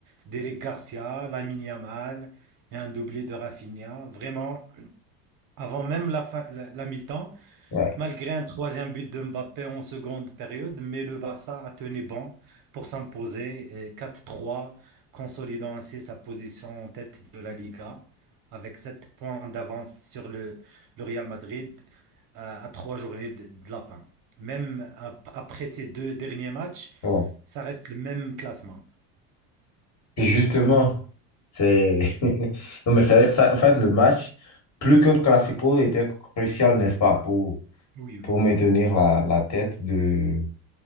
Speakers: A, on the right; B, on the left.
A: d'Eric Garcia, Lamine Yamal et un doublé de Rafinha. Vraiment, avant même la, fin- la la mi-temps,
B: ouais,
A: Malgré un troisième but de Mbappé en seconde période, mais le Barça a tenu bon pour s'imposer et 4-3, consolidant ainsi sa position en tête de la Liga, avec 7 points d'avance sur le, le Real Madrid euh, à trois journées de, de la fin. Même ap- après ces deux derniers matchs,
B: ouais.
A: ça reste le même classement.
B: Justement, c'est. <laughs> Non, mais c'est- ça, en fait, le match, plus qu'un classico, était crucial, n'est-ce pas, pour
A: Oui, oui.
B: pour maintenir la, la tête de,